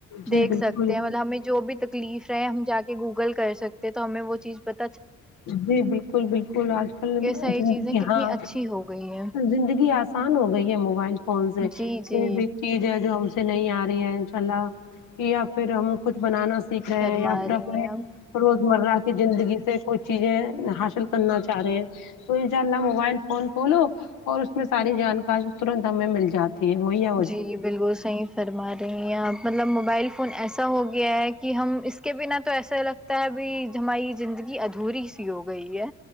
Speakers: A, on the left (about 80°); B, in the centre.
A: جی
B: دیکھ
A: بالکل
B: سکتے ہیں مطلب ہمیں جو بھی تکلیف ہے ہم جاکے گوگل کر سکتے ہیں تو ہمیں وہ چیز پت
A: جی بالکل بالکل آج کل
B: یہ ساری
A: زندگی
B: چیزیں کتنی
A: ہاں
B: اچھی ہو گئی ہیں
A: زندگی آسا آسان ہو گئی ہے موبائل فون سے
B: جی
A: پھر
B: جی
A: بھی چیز ہے جو ہم سے نہیں آ رہی ہے ان شاء اللہ یا پھر ہم کچھ بنانا سیکھ رہے
B: فرما
A: ہیں یا اپنے
B: رہی
A: اپنے
B: ہیں آپ
A: روز مرہ کی زندگی سے کو چیزیں حاصل کرنا چاہ رہے تو ان شاء اللہ موبائل فون کھولو اور اس میں ساری جانکاری ترنت ہمیں مل جاتی تی وہی آ
B: جی بالکل صحیح فرما رہی ہیں آپ مطلب موبائل فون ایسا ہو گیا ہے کہ ہم اس کے بنا تو ایسا لگتا ہے ابھی ہماری زندگی ادھوری سی ہو گئی ہے